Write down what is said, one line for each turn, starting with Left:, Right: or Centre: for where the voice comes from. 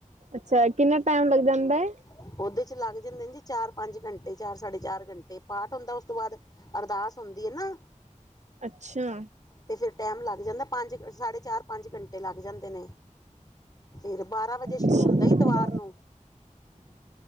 Right: ਅੱਛਾ, ਕਿੰਨਨਾ ਟਾਈਮ ਲੱਗ ਜਾਂਦਾ ਹੈ।
Left: ਉਹਦੇ ਚ ਲੱਗ ਜਾਂਦੇ ਨੇ ਜੀ ਚਾਰ-ਪੰਜ ਘੰਟੇ ਚਾਰ- ਸਾਢੇ ਚਾਰ ਘੰਟੇ ਪਾਠ ਹੁੰਦਾ ਉਸ ਤੋਂ ਬਾਦ ਅਰਦਾਸ ਹੁੰਦੀ ਹੈ ਨਾ।
Right: ਅੱਛਾ।
Left: ਤੇ ਫੇਰ ਟੈਮ ਲੱਗ ਜਾਂਦਾ ਪੰਜ-ਸਾਢੇ ਚਾਰ- ਪੰਜ ਘੰਟੇ ਲੱਗ ਜਾਂਦੇ ਨੇ। ਫੇਰ ਬਾਰਾਂ ਵਜੇ ਸ਼ੁਰੂ
Right: ਅੱਛਾ
Left: ਹੁੰਦਾ ਇਤਵਾਰ ਨੂੰ